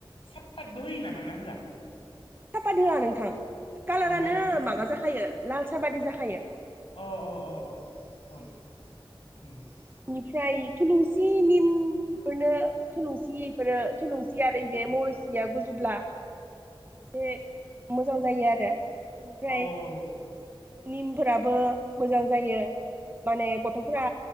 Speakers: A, on the left; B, on the right.
A: साफादबो होयो नामा ना होआ
B: सापाद होआ नोंथां कालारानो
A: औ होआ ना औ
B: माबा जाखायो लाल सा बादि जाखायो
A: औ औ औ
B: उम
A: औ औ
B: बेनिफ्राय थुलुंसि निम बेफोरनो थुलुंसि इफोरो थुलुंसि आरो बे बे मरसिया गुजुबब्ला एसे मोजां जायो आरो ओमफ्राय
A: औ औ औ
B: निमफोराबो मोजां जायो माने गथ'फोरा